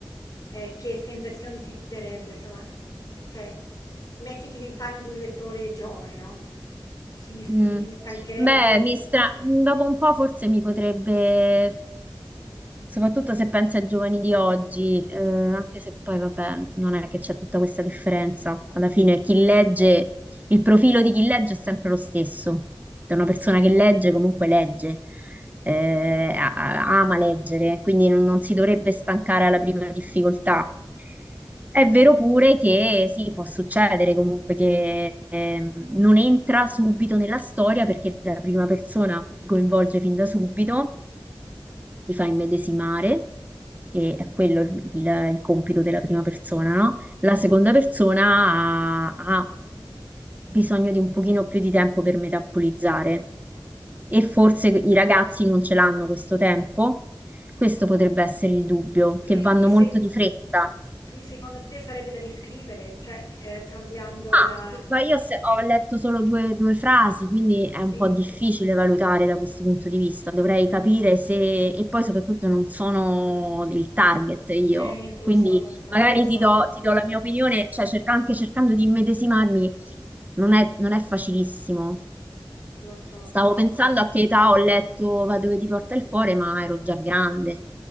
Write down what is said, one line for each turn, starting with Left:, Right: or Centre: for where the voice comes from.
Left: eh, che sensazioni ti darebbe? Insomma, s- cioè, mettiti nei panni di un lettore giovane, no? Si, si
Right: Mm.
Left: stancherebbe.
Right: Beh, mi stra- dopo un po' forse mi potrebbe Soprattutto se pensi ai giovani di oggi, eh, anche se poi, vabbè, non è che c'è tutta questa differenza. Alla fine, chi legge, il profilo di chi legge è sempre lo stesso. Da una persona che legge, comunque legge, eh, a- a- ama leggere, quindi non, non si dovrebbe stancare alla prima difficoltà. È vero pure che sì, può succedere comunque che ehm, non entra subito nella storia perché la prima persona ti coinvolge fin da subito ti fa immedesimare, e è quello il, il- il compito della prima persona, no? La seconda persona ha, ha bisogno di un pochino più di tempo per metabolizzare e forse i ragazzi non ce l'hanno questo tempo. Questo potrebbe essere il dubbio,
Left: Quindi,
Right: che vanno
Left: se,
Right: molto di fretta.
Left: quindi secondo te sarebbe da riscrivere, cioè eh, cambiando
Right: Ma
Left: la...
Right: ma io se- ho letto solo due, due frasi, quindi è un
Left: Sì,
Right: po' difficile valutare da questo punto di vista. Dovrei capire se, e poi soprattutto non sono il target io,
Left: eh, lo
Right: quindi
Left: so, lo so,
Right: magari
Left: lo so,
Right: ti do, ti do la mia opinione, cioè cerca- anche cercando di immedesimarmi, non è, non è facilissimo.
Left: lo so,
Right: Stavo
Left: lo
Right: pensando
Left: so.
Right: a che età ho letto Va dove ti porta il cuore, ma ero già grande,